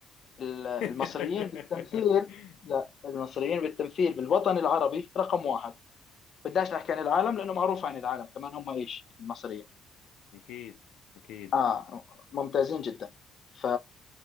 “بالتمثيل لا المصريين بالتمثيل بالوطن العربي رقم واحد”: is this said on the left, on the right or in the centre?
Left